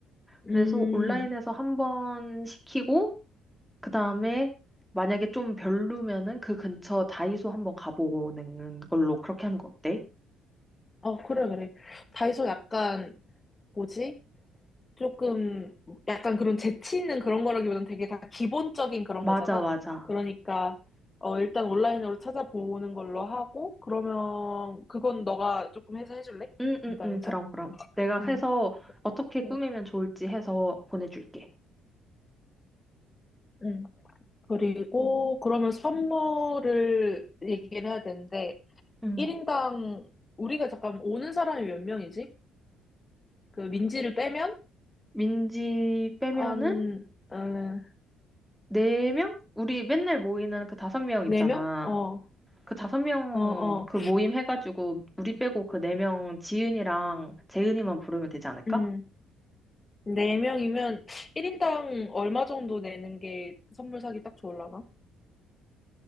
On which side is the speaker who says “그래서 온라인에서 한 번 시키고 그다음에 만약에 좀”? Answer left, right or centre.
Centre